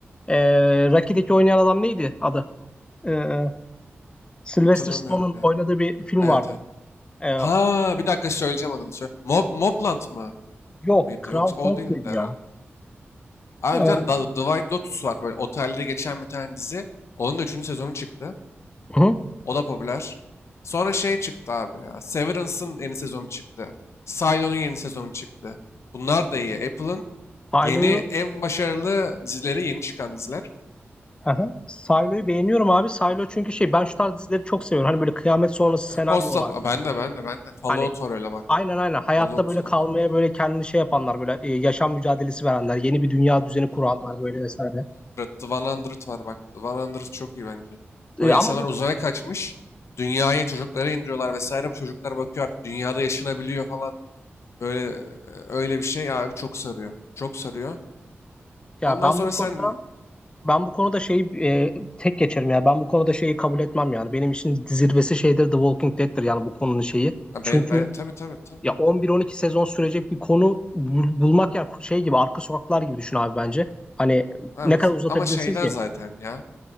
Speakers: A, on the left; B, on the left.
A: Ee, Rocky'deki oynayan adam neydi adı? Ee, Sylvester
B: Hatırlamıyorum
A: Stallone'un
B: ya.
A: oynadığı bir film
B: Evet
A: vardı.
B: evet.
A: Ee,
B: Ha bir dakika söyleyeceğim adını. Söyle. Mob, Mobland mı
A: yok
B: mıydı?
A: Kral
B: Yoksa
A: Kong
B: o değildi
A: muydu
B: herhalde.
A: ya?
B: Abi
A: Ee,
B: bir tane The, The White Lotus var böyle otelde geçen bir tane dizi. Onun da üçüncü sezonu çıktı.
A: hı.
B: O da popüler. Sonra şey çıktı abi ya. Severance'ın yeni sezonu çıktı. Silo'nun yeni sezonu çıktı. Bunlar da iyi. Apple'ın
A: Silo'yu
B: yeni en başarılı dizileri yeni çıkan diziler.
A: hı hı. Silo'yu beğeniyorum abi. Silo çünkü şey ben şu tarz dizileri çok seviyorum. Hani böyle kıyamet sonrası senaryo
B: E, Post-up.
A: olan.
B: Aa, Ben de ben de ben de. Fallout
A: Hani
B: var öyle bak.
A: Aynen aynen. Hayatta
B: Fallout
A: böyle
B: var.
A: kalmaya böyle kendini şey yapanlar böyle e, yaşam mücadelesi verenler, yeni bir dünya
B: 100 var. 100,
A: düzeni kuranlar böyle vesaire.
B: The var bak. The çok iyi bence.
A: E,
B: Böyle
A: ama
B: insanlar
A: bu
B: uzaya kaçmış. Dünyaya çocuklara indiriyorlar vesaire. Bu çocuklar bakıyor artık dünyada yaşanabiliyor falan. Böyle e, öyle bir şey abi çok sarıyor. Çok sarıyor.
A: ya
B: Ondan
A: ben
B: sonra
A: bu
B: sen
A: konuda ben bu konuda şeyi e, tek geçerim ya. Ben bu konuda şeyi kabul etmem yani. Benim için zirvesi şeydir The Walking Dead'tir yani bu konunun şeyi.
B: Ha,
A: Çünkü
B: ben ben tabii tabii tabii.
A: ya
B: tabii.
A: 11-12 sezon sürecek bir konu bul- bulmak ya şey gibi arka sokaklar gibi düşün abi bence. Hani
B: Abi,
A: ne kadar uzatabilirsin
B: ama şeyden
A: ki
B: zaten ya.